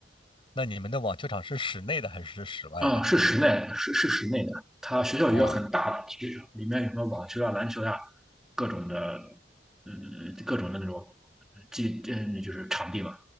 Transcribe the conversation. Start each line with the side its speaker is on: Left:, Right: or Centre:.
Left: 那你们的网球场是室内的还是室外的？
Centre: 啊、是室内，是是室内的。他学校有一个很大的体育场，
Left: 哇，
Centre: 里面有什么网球啊、篮球啊，各种的，嗯，各种的那种基，嗯，就是场地嘛。